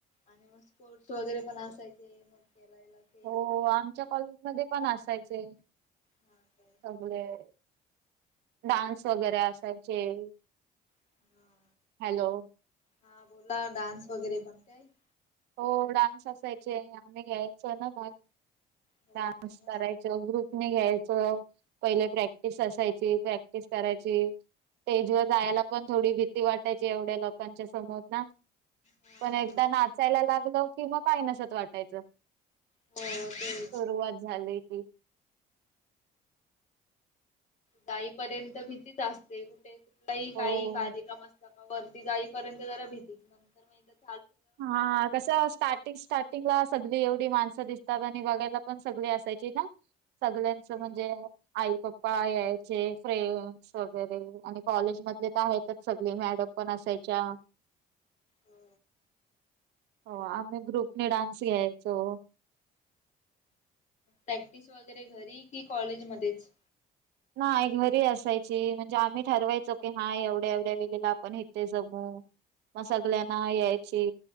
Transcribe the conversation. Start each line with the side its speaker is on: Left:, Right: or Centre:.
Left: आणि मग स्पोर्ट्स वगैरे पण असायचे मग खेलायला
Right: <inaudible>
Left: खेळ
Right: हो आमच्या कॉलेज मध्ये पण असायचे, <inaudible>
Left: हा काय
Right: सगळे, <inaudible> <inaudible> डान्स वगैरे असायचे, <inaudible>
Left: हा
Right: <inaudible> हॅलो, <inaudible>
Left: हा बोला डान्स वगैरे पण काय, <inaudible>
Right: <inaudible> हो डान्स असायचे, आम्ही घ्यायचो ना भाग <inaudible> <inaudible>
Left: हो
Right: डान्स
Left: काय मस्त
Right: करायच ग्रुपी ने घ्याय, चो <inaudible> पहिले प्रॅक्टिस असायची, प्रॅक्टिस करायची. <inaudible> स्टेजवर जायला पण थोडी भीती वाटायची एवढ्या लोकांच्या समोर ना <inaudible> <inaudible>
Left: हा
Right: पण एकदा ना नाचायला लागलो कि मग काय नसत वाटायच, <inaudible>
Left: हो तेच
Right: सुरवात झाली. हम्म.
Left: जाईपर्यंत भीतीच असते कुठे कुठलाही काही
Right: हो.
Left: कार्यक्रम असला ना. वरती जाईपर्यंत जरा भीतीच नंतर मग एका
Right: हा कसं स्टार्टिंग-स्टार्टिंग ला सगळी येऊन. माणसं दिसतात आणि बघायला पण सगळी असायची ना सगळ्यांचं
Left: ते
Right: म्हणजे आईप्पा यायचे फ्रेंड्स वगैरे आणि कॉलेज मधले तर आहेतच सगळे मॅडम पण असायच्या
Left: हम
Right: हो आम्ही ग्रुपने डान्स घ्यायचो
Left: प्रॅक्टिस वगैरे घरी कि कॉलेज मध्येच
Right: नाही घरी असायची म्हणजे आम्ही ठरवायचो की हा एवढ्या एवढ्या वेळेला आपण इथे जमू मग सगळ्यांना यायची